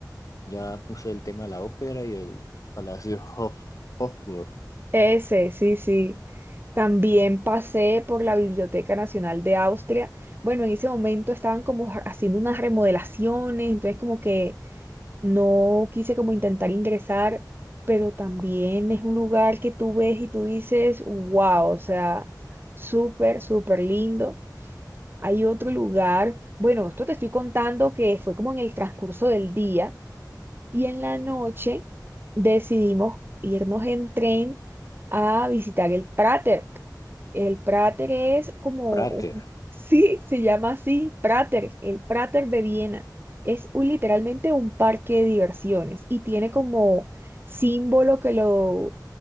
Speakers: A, on the left; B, on the right.
A: Ya puse el tema de la ópera y el Palacio Hof, Hofburg,
B: Ese, sí, sí. También pasé por la Biblioteca Nacional de Austria. Bueno, en ese momento estaban como ha- haciendo unas remodelaciones, entonces como que no quise como intentar ingresar, pero también es un lugar que tú ves y tú dices, wow, o sea, súper, súper lindo. Hay otro lugar, bueno, esto te estoy contando que fue como en el transcurso del día y en la noche decidimos irnos en tren a visitar el Prater. El Prater es como,
A: Prater.
B: un- <laughs> sí, se llama así, Prater, el Prater de Viena. Es un- literalmente un parque de diversiones y tiene como símbolo que lo,